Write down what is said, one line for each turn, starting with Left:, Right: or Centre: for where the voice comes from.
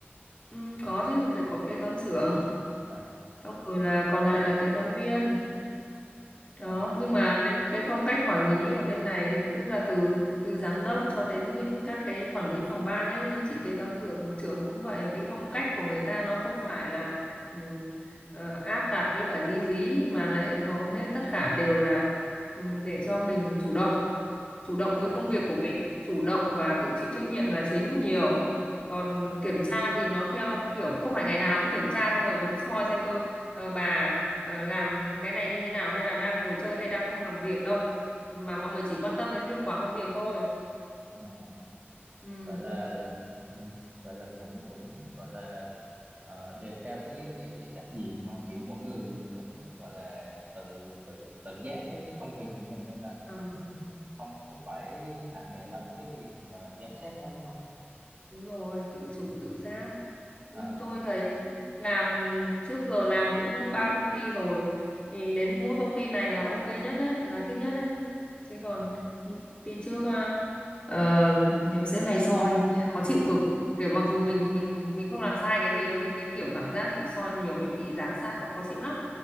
Left: ừ, có chứ phải có kế toán trưởng
Right: à
Left: xong rồi là còn lại là kế toán viên đó
Right: à
Left: nhưng mà cái, cái phong cách quản lý ở bên này tức là từ từ giám đốc cho đến những các cái quản lý phòng ban ấy như chị kế toán trưởng trưởng cũng vậy cái phong cách của người ta nó không phải là ừm, ờ, áp đặt với cả dí dí mà lại hầu hết tất cả đều là ừm, để cho mình chủ động chủ động
Right: à,
Left: với công việc của mình chủ động và tự chịu trách nhiệm là chính nhiều còn kiểm tra thì nó theo kiểu không phải ngày nào cũng kiểm tra xong rồi đứng soi xem ơ ờ, bà ờ, làm cái này như thế nào hay là đang ngồi chơi hay đang không làm việc đâu mà mọi người chỉ quan tâm đến hiệu quả công việc thôi
Right: à.
Left: ừ
Right: gọi là ừm, gọi là cũng cũng gọi là ờ, đề cao cái cái cái trách nhiệm mà kiểu mỗi người cũng gọi là tự tự tự giác với cái công việc của mình nên là cũng
Left: à,
Right: không phải nặng nề lắm cái việc mà giám sát đó đúng không?
Left: đúng rồi tự chủ tự giác nhưng
Right: Ờ,
Left: tôi thấy làm trước giờ làm cũng ba công ty rồi thì đến mỗi công ty này là ok nhất đấy là thích nhất đấy chứ còn
Right: à.
Left: những công ty trước à, ờ, nhiều sếp hay soi khó chịu cực kiểu mặc dù mình mình mình không làm sai cái gì đâu nhưng cái kiểu cảm giác bị soi nhiều với bị giám sát nó khó chịu lắm